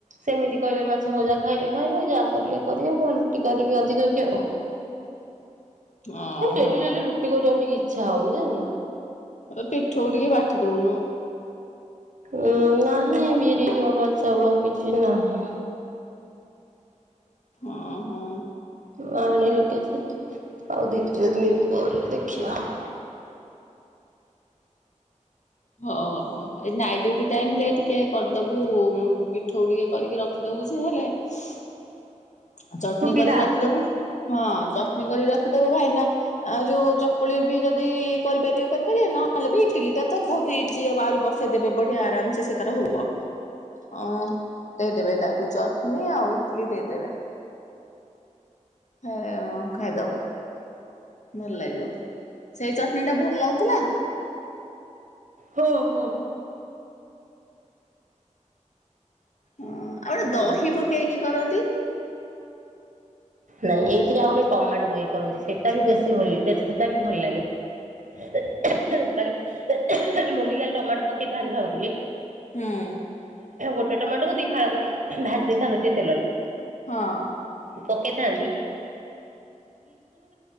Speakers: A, on the right (about 75°); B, on the left (about 65°).
A: ସେମିତି କରିବେ ମାଛ ଭଜା ଖାଇବେ ଖାଇବେ ଯାହା କରିବେ କରିବେ ରୁଟି କରିବି ଅଧିକ କି ଆଉ।
B: <inaudible> ଓହୋ।
A: ହେ ଡେଲି ଡେଲି ରୁଟି କରିବାକୁ ଟିକେ ଇଚ୍ଛା ହଉନି ଜାଣିଛୁ।
B: ଏ ପିଠଉ ଟିକେ ବାଟି ଦଉନୁ।
A: ଉଁ ନାହିଁ ବିରି ଅରୁଆ ଚାଉଳ କିଛି ନାହିଁ।
B: ଅ ହିଁ।
A: ମୁଁ ଆଣନି କିଛି ଆଉ ଦି ତିନି ଦିନି ଦେଖିଆ <inaudible>
B: ହ ହ। ଏଇ ନାଇଟ୍ ଡିଉଟି ଟାଇମ୍ ରେ ଟିକେ କରିଦବୁ ପିଠଉ ଟିକେ କରିକି ରଖିଦବୁ ଯେ ହେଲେ <inaudible> ଚଟଣି
A: ସୁବିଧା।
B: କରିକି ରଖିଦବୁ ହଁ ଚଟଣି କରିକି ରଖିଦବୁ ଭାଇନା ଆଉ ଯୋଉ ଚ ଚକୁଳି ବି ଯଦି କରିପାରିବେ କରିପାରିବେ ନହେଲେ ବି ଇଟିଲିଟା ତ ବହୁତ ଇଯି ହବ ଆହୁରି ବସେଇ ଦେବେ ବଢିଆ ଆରାମ ସେ ସେ ତାର ହବ ହଁ ଦେଇଦେବେ ତାକୁ ଚଟନୀ ଆଉ ଇଟଲି ଦେଇଦେବେ। ହେ ଅ ଖାଇଦବ। ଭଲ ଲାଗିବ ସେଇ ଚଟଣି ଟା ଭଲ ଲାଗୁଥିଲା?
A: ହଁ, ହଁ।
B: ହଁ ଆଉ ଗୋଟେ
A: ଭଲ
B: ଦହି
A: ଲାଗୁଥିଲା।
B: ପକେଇକି କରନ୍ତି।
A: ନାଇଁ ଏଇଥିରେ ଆଉ ଗୋଟେ ଟମାଟ ପକେଇକି କରନ୍ତି ସେଇଟା ବି ବେଶୀ ଭଲ ସେଟା ବି ଭଲ ଲାଗେ। <unintelligible> ଡ଼ାଲ୍ ମୁଁ ବି ଖାଲି ଟମାଟୋ ପକେଇଥାନ୍ତି ଭାବୁଥିଲି
B: ହୁଁ
A: ଗୋଟେ ଟମାଟୋକୁ ଦି ଫାଳ କରି ଭାଜି ଦେଇଥାନ୍ତୁ ଟିକେ ତେଲରେ।
B: ହଁ।
A: ପକେଇଥାନ୍ତି।